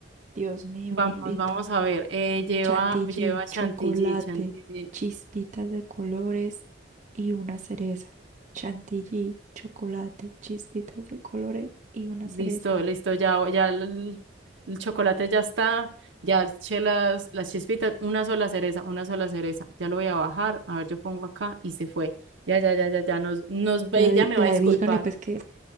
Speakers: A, on the right; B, on the right.
A: Dios mío
B: Vamos,
A: bendito.
B: vamos a ver. Eh, lleva,
A: Chantilly,
B: lleva chantilly,
A: chocolate,
B: chantilly.
A: chispitas de colores y una cereza. Chantilly, chocolate, chispitas de colores y una
B: Listo,
A: cereza.
B: listo, ya, ya el, el chocolate ya está, ya eché las, las chispitas, una sola cereza, una sola cereza, ya lo voy a bajar, a ver, yo pongo acá y se fue. Ya, ya, ya, ya, ya, nos, nos ve
A: Ya,
B: y
A: di-
B: ya me
A: ya
B: va a disculpar,
A: dígale pues que